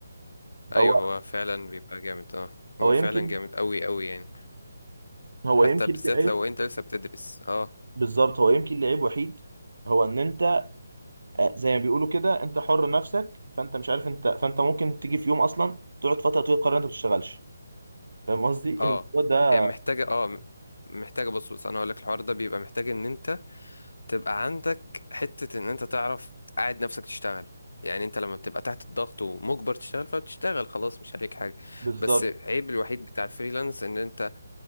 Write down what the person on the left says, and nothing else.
ايوه
هو فعلا بيبقى جامد اه هو
فعلا جامد قوي قوي يعني
حتى
بالذات
لو انت لسه بتدرس اه
اه
هي محتاجه اه محتاجه بص بص انا هقول لك الحوار ده بيبقى محتاج ان انت تبقى عندك حتة ان انت تعرف تقعد نفسك تشتغل يعني انت لما بتبقى تحت الضغط ومجبر تشتغل فبتشتغل خلاص مش عليك حاجة
بس عيب الوحيد بتاع الفريلانس ان انت